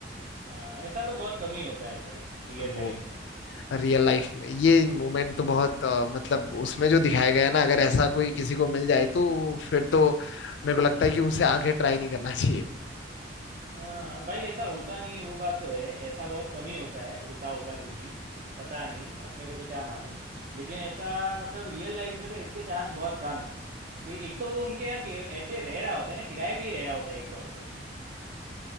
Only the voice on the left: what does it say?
वो
रियल लाइफ में ये मोमेंट तो बहुत अ, मतलब उसमें जो दिखाया गया है ना अगर ऐसा कोई किसी को मिल जाए तो फिर तो मेरे को लगता है कि उसे आगे ट्राई नहीं करना चाहिए